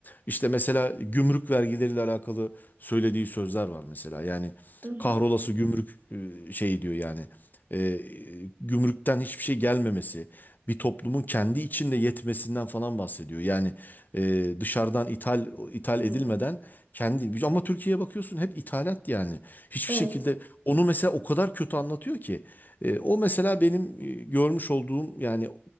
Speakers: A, on the left; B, on the right.
A: işte mesela gümrük vergileriyle alakalı söylediği sözler var mesela. Yani
B: hı hı.
A: kahrolası gümrük e, şey diyor yani e, gümrükten hiçbir şey gelmemesi, bir toplumun kendi içinde yetmesinden falan bahsediyor. Yani e, dışarıdan ithal ithal
B: Hmm,
A: edilmeden kendi ama Türkiye'ye bakıyorsun hep ithalat yani. Hiçbir
B: evet.
A: şekilde onu mesela o kadar kötü anlatıyor ki. E, o mesela benim e, görmüş olduğum yani